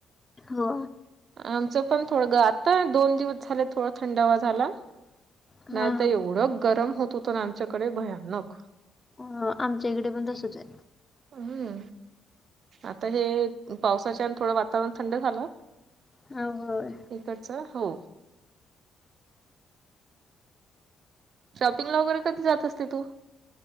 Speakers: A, on the left (about 20°); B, on the right (about 60°).
A: हो.
B: आमचं पण थोडं ग आता दोन दिवस झाले थोडं थंडावा झाला
A: हा
B: नाही
A: हा
B: त एवढं गरम होत होतं ना आमच्याकडे भयानक.
A: हो आमच्या इकडे पण तसच ये.
B: हूं. आता हे पावसाच्यान थोडं वातावरण थंड झालं
A: आहे हो होय
B: इकडच हो. शॉपिंग ला वगैरे कधी जात असते तू?